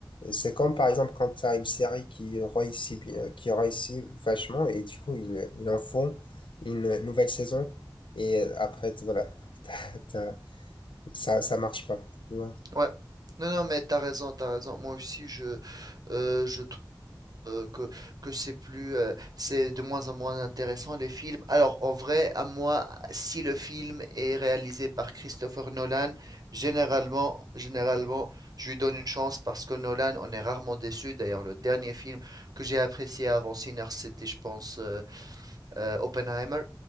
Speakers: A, on the left; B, on the right.
A: c'est comme par exemple quand tu as une série qui réussit bien qui réussit vachement et du coup ils ils en font une nouvelle saison et euh, après t- voilà <laughs> t'as- t'as- ça ça marche pas tu vois.
B: Ouais. Non, non, mais t'as raison, t'as raison. Moi aussi, je, euh, je trouve euh, que, que c'est plus, euh, c'est de moins en moins intéressant les films. Alors, en vrai, à moi, si le film est réalisé par Christopher Nolan, généralement, généralement, je lui donne une chance parce que Nolan, on est rarement déçu. D'ailleurs, le dernier film que j'ai apprécié avant Sinners, c'était, je pense, euh, euh, Oppenheimer.